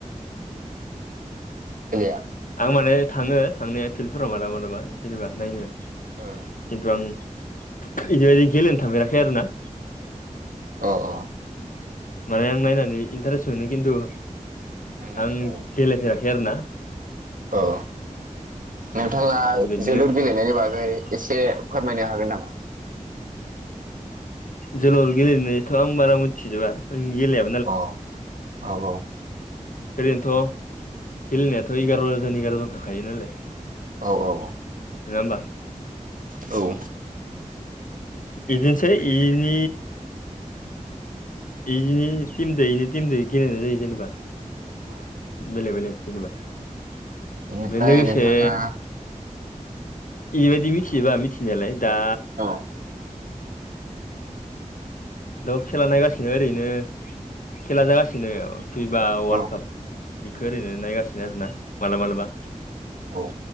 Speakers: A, on the right; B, on the left.
A: <unintelligible>
B: आं माने थाङो थांनाय फिल्डफोराव मालाबा मालाबा जेनेबा नायनो।
A: ओ।
B: खिन्थु आं बिदिबायदि गेलेनो थांफेराखै आरो ना।
A: अ अ।
B: माने आं नायनानै इन्टारेस्ट मोनो खिन्थु
A: नायनानै
B: आं
A: औ
B: गेलेफेराखै आरो ना
A: औ नोंथाङा
B: बिदिबायदिनो
A: जोलुर गेलेनायनि बागै एसे फोरमायनो हागोन नामा?
B: जोलुर गेलेनायथ' आं बारा मिथिजोबा गेलेया
A: अ औ औ
B: ओरैनोथ' गेलेनायाथ' एगार' जन एगार' जन थाखायो नालाय
A: औ औ औ
B: नङा होमबा
A: औ
B: बिदिनोसै इनि इदिनो टिम दायैनो टिम दायै गेलेनाय जायो जेनेबा
A: औ
B: बेलेग बेलेग जेनेबा फाय
A: बेनिफ्राय
B: लोगोसे
A: नोंथाङा
B: इबायदि मिथियोबा मिथिनायालाय दा
A: औ
B: द' खेला नायगासिनो ओरैनो खेला जागासिनो पिपा वार्ल्ड
A: औ
B: काप बेखौ ओरैनो नायगासिनो आरोना मालाबा मालाबा
A: औ